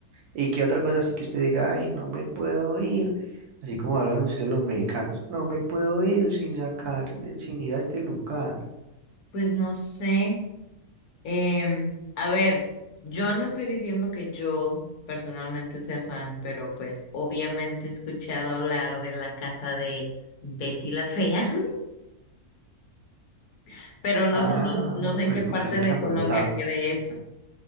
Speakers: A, on the right; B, on the left.
A: ¿Y qué otra cosa así que usted diga, ay, no me puedo ir? Así como hablan ustedes los mexicanos, no me puedo ir sin sacar, eh, sin ir a este lugar.
B: Pues no sé. Em, a ver, yo no estoy diciendo que yo personalmente sea fan, pero pues obviamente he escuchado hablar de la casa de Betty la Fea, <laughs> pero no
A: Ah,
B: sé, bien- no sé en
A: pero
B: qué
A: yo
B: parte
A: creo que eso queda
B: de
A: en
B: Colombia
A: Bogotá.
B: quede eso.